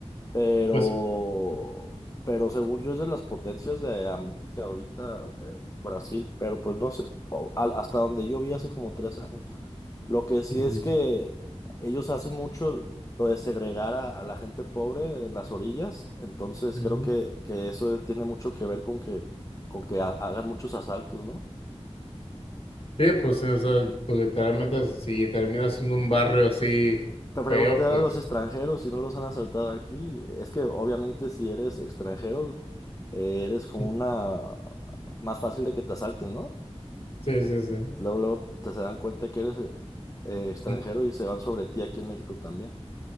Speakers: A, on the left; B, on the left.
A: Pero,
B: Pues,
A: pero según yo es de las potencias de América ahorita, eh, Brasil, pero pues no sé, o- al- hasta donde yo vi hace como tres años. Lo que sí
B: ujú,
A: es que ellos hacen mucho lo de segregar a, a la gente pobre en las orillas, entonces
B: ujú.
A: creo que, que eso tiene mucho que ver con que, con que ha- hagan muchos asaltos, ¿no?
B: Sí, pues, o sea, pues literalmente si terminas en un barrio así
A: Pe- Preguntar
B: feo, pues,
A: a los extranjeros si no los han asaltado aquí. Es que obviamente si eres extranjero, eh, eres como
B: <laughs>
A: una más fácil de que te asalten, ¿no?
B: sí, sí, sí.
A: Luego, luego te se dan cuenta que eres eh, eh, extranjero
B: Uf.
A: y se van sobre ti aquí en México también.